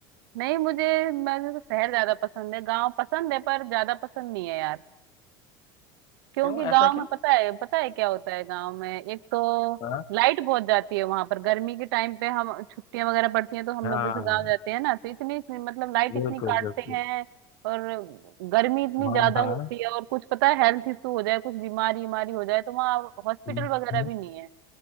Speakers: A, on the right; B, on the left.
A: नहीं मुझे मुझे तो शहर ज्यादा पसंद है गांव पसंद है पर ज्यादा पसंद नहीं है यार क्योंकि
B: क्यों
A: गांव
B: ऐसा क्यों
A: में पता है पता है क्या होता है गांव में एक तो
B: हाँ
A: लाइट बहुत जाती है वहां पर गर्मी के टाइम पे हम छुट्टियां वगैरह पड़ती हैं तो हम
B: हाँ
A: लोग जैसे गांव जाते हैं ना तो इतनी मतलब लाइट इतनी
B: बिल्कुल
A: काटते
B: बिल्कुल
A: हैं और गर्मी इतनी
B: हाँ
A: ज्यादा
B: हाँ
A: होती है और कुछ पता है हेल्थ इशू हो जाए कुछ बीमारी बीमारी हो जाए तो वहाँ हॉस्पिटल
B: हम्म,
A: वगैरह
B: हम्म।
A: भी नहीं है